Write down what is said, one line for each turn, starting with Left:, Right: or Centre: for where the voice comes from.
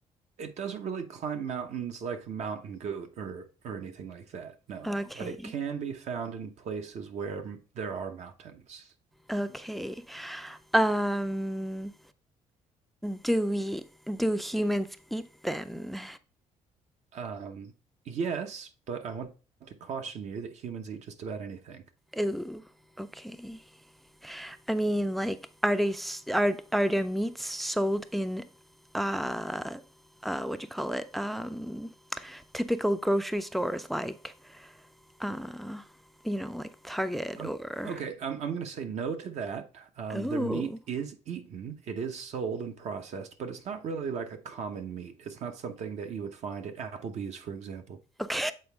Right: it doesn't really climb mountains like a mountain goat or or anything like that, no.
Centre: Okay.
Right: But it can be found in places where m- there are mountains.
Centre: Okay. Um, do we do humans eat them?
Right: Um, yes, but I want to caution you that humans eat just about anything.
Centre: Ooh, okay. I mean, like, are they are are their meats sold in uh uh what do you call it? Um, typical grocery stores like uh you know like Target
Right: Um,
Centre: or
Right: okay, I'm, I'm going to say no to that. Um,
Centre: oh
Right: their meat is eaten, it is sold and processed, but it's not really like a common meat. It's not something that you would find at Applebee's, for example.
Centre: okay